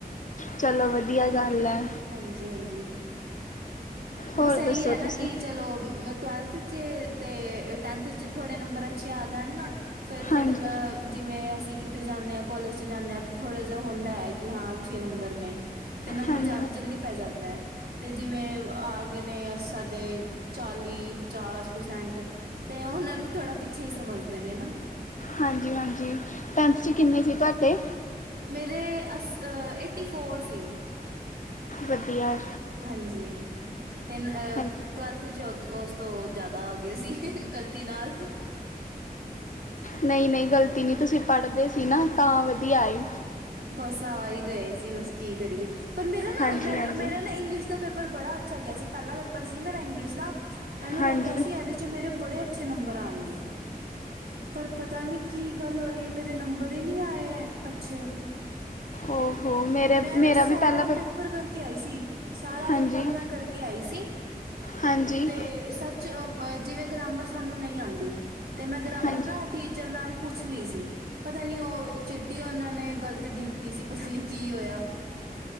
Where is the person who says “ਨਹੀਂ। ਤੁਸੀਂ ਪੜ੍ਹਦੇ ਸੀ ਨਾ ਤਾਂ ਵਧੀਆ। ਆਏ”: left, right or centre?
Left